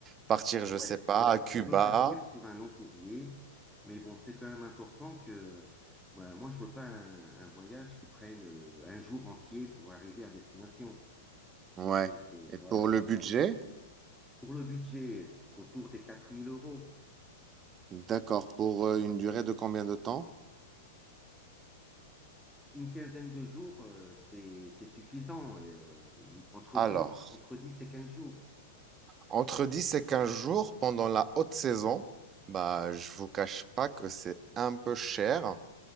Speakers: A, on the right; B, in the centre.
A: partir, je
B: Ouais,
A: sais pas,
B: ouais,
A: à Cuba.
B: on peut partir sur un long courrier, mais bon, c'est quand même important que bah, moi, je veux pas un, un voyage qui prenne euh, un jour entier pour arriver à destination.
A: Ouais.
B: Donc euh,
A: Et
B: voilà.
A: pour le budget?
B: Pour le budget, autour des 4000 euros.
A: D'accord. Pour euh, une durée de combien de temps?
B: Une quinzaine de jours, euh, c'est c'est suffisant. Et, euh, une- entre
A: Alors,
B: dix entre dix et 15 jours,
A: entre 10 et 15 jours pendant la haute saison, bah, je vous cache pas que c'est un peu cher,